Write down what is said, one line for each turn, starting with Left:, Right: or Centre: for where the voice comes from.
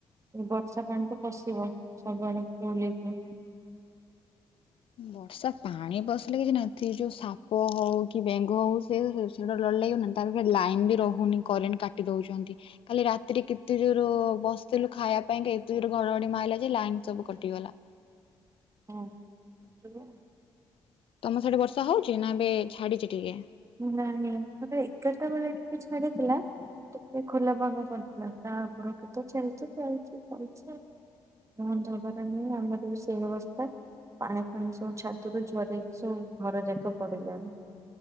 Right: ବର୍ଷା ପାଣି ତ ପଷିବ ସବୁଆଡେ ଫୁଲହେଇକି।
Left: ବର୍ଷା ପାଣି ପସିଲେ କିଛି ନାହିଁ ଥି ଯୋଉ ସାପ ହଉ କି ବେଙ୍ଗ ହଉ ସେ ସେଇଟା ଡ଼ର ଲାଗିବନା ନାହିଁ। ତାପରେ ଲାଇନ୍ ବି ରହୁନି କରେଣ୍ଟ କାଟି ଦେଉଚନ୍ତି। କାଲି ରାତିରେ କେତେ ଯୋର ବସିଥିଲୁ ଖାଇବା ପାଇଁ ଏତେ ଯୋ ଘଡଘଡି ମାରିଲା ଯେ ଲାଇନ ସବୁ କଟିଗଲା।
Right: ହଁ <unintelligible>
Left: ତମ ସିଆଡେ ବର୍ଷା ହଉଚି ନା ଏବେ ଛାଡିଚି ଟିକେ?
Right: ନାଇଁ ମର ଏଗାରଟା ବେଳେ ଟିକେ ଛାଡ଼ିଥିଲା ଟିକେ ଖୋଲାପାଗ କରିଥିଲା ତା ପରଠୁ ତ ଚାଲଚି ଚାଲିଚି ଚାଲଚି ବନ୍ଦ ହବାର ନୁହଁ ଆମର ବି ସେଇ ଅବସ୍ଥା। ପାଣି ଫାଣି ସବୁ ଛାତରୁ ଝରେଇ ସବୁ ଘର ଯାକ ପଡିଲାଣି।